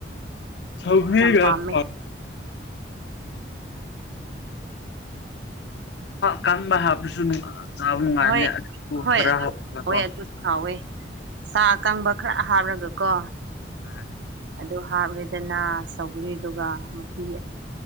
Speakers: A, on the left (about 70°); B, on the right (about 80°).
A: ꯁꯧꯒꯒ
B: ꯄꯥꯝꯃꯦ
A: ꯑ ꯀꯟꯕ ꯍꯥꯞꯄꯁꯨ ꯆꯥꯕ ꯅꯨꯡꯉꯥꯏꯔꯅꯦ
B: ꯍꯣꯏ
A: ꯑꯗꯨꯕꯨ
B: ꯍꯣꯏ
A: ꯈꯔ
B: ꯑꯗꯨꯁꯨ
A: ꯍꯥꯞꯣ
B: ꯍꯥꯎꯋꯦ ꯑꯗꯨꯁꯨ ꯍꯥꯎꯋꯦ ꯆ ꯑꯀꯪꯕ ꯈꯔ ꯍꯥꯞꯔꯒ ꯀꯣ
A: ꯎꯝ
B: ꯑꯗꯨ ꯍꯥꯞꯂꯦꯗꯅ ꯁꯧꯒ꯭ꯔꯤꯗꯨꯒ ꯃꯍꯤ